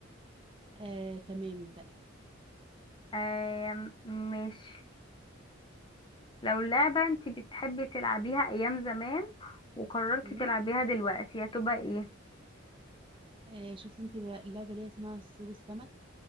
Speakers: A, on the right; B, on the left.
A: أه تمام ابدأي
B: آم، ماشي لو لعبه انت بتحبي تلعبيها ايام زمان وقررتي
A: امم
B: تلعبيها دلوقتي هتبقى ايه
A: أه شفتي انت بقى اللعبه اللي هي اسمها صيد السمك